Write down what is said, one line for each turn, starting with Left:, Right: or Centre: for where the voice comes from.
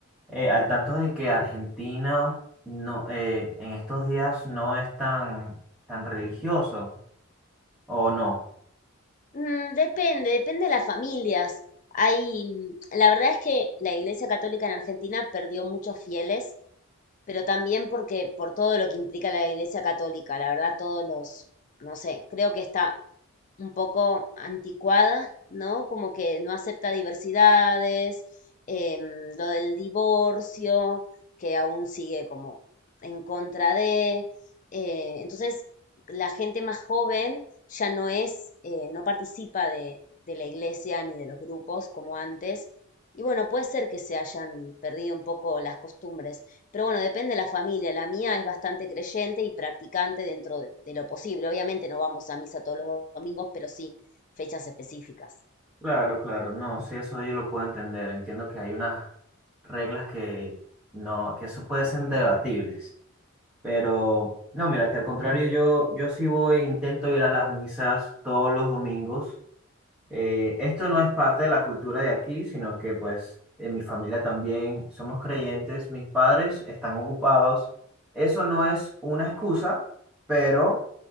Centre: eh, al tanto de que Argentina no, eh, en estos días no es tan, tan religioso, ¿o no?
Left: Mm, depende, depende de las familias. Hay, mm, la verdad es que la Iglesia Católica en Argentina perdió muchos fieles pero también porque por todo lo que implica la Iglesia Católica, la verdad, todos los, no sé, creo que está un poco anticuada, ¿no? Como que no acepta diversidades, em, lo del divorcio, que aún sigue como en contra de. eh, entonces, la gente más joven ya no es, eh, no participa de, de la iglesia ni de los grupos como antes. Y bueno, puede ser que se hayan perdido un poco las costumbres. Pero bueno, depende de la familia. La mía es bastante creyente y practicante dentro de, de lo posible. Obviamente no vamos a misa todos los domingos, pero sí fechas específicas.
Centre: Claro, claro, no, sí, eso yo lo puedo entender. Entiendo que hay unas reglas que no, que eso puede ser debatibles. Pero no, mira, que al contrario, yo, yo sí voy, intento ir a las misas todos los domingos. Eh, esto no es parte de la cultura de aquí, sino que pues en mi familia también somos creyentes, mis padres están ocupados. Eso no es una excusa, pero